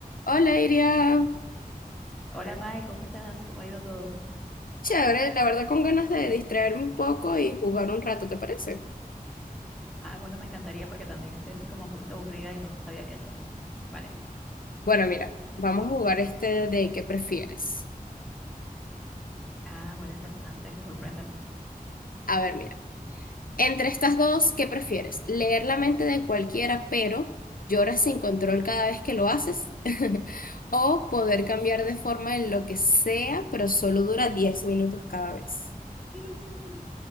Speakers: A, on the left; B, in the centre.
A: Hola, Iria.
B: Hola Mae, ¿cómo estás? ¿Cómo ha ido todo?
A: Chévere, la verdad con ganas de distraerme un poco y jugar un rato, ¿te parece?
B: Ah, bueno, me encantaría porque también estoy así como un poquito aburrida y no sabía qué hacer. Vale.
A: Bueno, mira, vamos a jugar este de ¿qué prefieres?
B: Ah, bueno, interesante. Sorpréndeme.
A: A ver, mira, entre estas dos, ¿qué prefieres? ¿Leer la mente de cualquiera, pero lloras sin control cada vez que lo haces? <laughs> ¿O poder cambiar de forma en lo que sea, pero solo dura 10 minutos cada vez?
B: Mm.